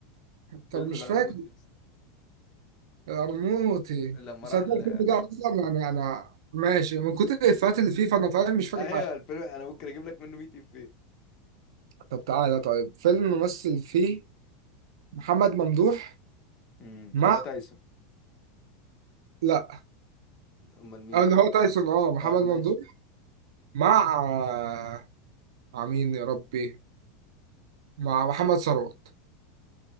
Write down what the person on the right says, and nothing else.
طب
مش
فاكر
ارموتي
صدق
الفيلم ده اصلا يعني انا ماشي من كتر الافيهات اللي فيه فانا فاهم مش فاكر
حاجه
طب تعالى طيب فيلم ممثل فيه محمد ممدوح
مع
لا
آه، اللي هو تايسون اه محمد
ممدوح
مع آه، مع مين يا ربي مع محمد ثروت